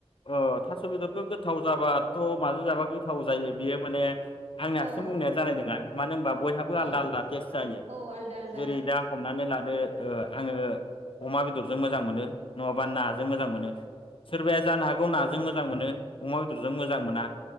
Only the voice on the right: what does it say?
औ
औ
औ आलदा आलदा